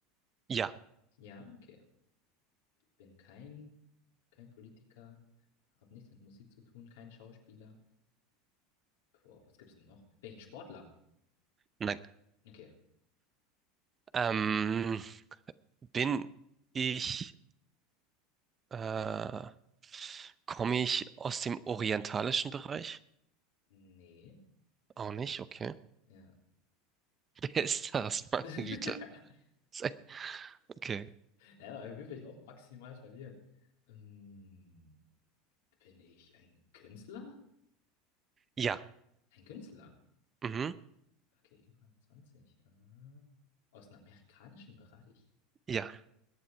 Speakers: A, on the right; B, on the left.
A: Ja,
B: Ja, okay. Ich bin kein, kein Politiker, habe nichts mit Musik zu tun, kein Schauspieler. Boah, was gibt's denn noch? Bin ich ein Sportler?
A: nein.
B: Okay.
A: Ähm, bin ich, äh, komme ich aus dem orientalischen Bereich?
B: Nee.
A: Auch nicht, okay.
B: Ja.
A: <laughs> Wer ist das, meine
B: <laughs>
A: Güte? Sei- Okay.
B: Ja, aber wirklich auch maximal verwirrt. Hm, bin ich ein Künstler?
A: Ja,
B: Ein Künstler?
A: mhm,
B: Okay, über 20, Aha. Aus dem amerikanischen Bereich.
A: ja,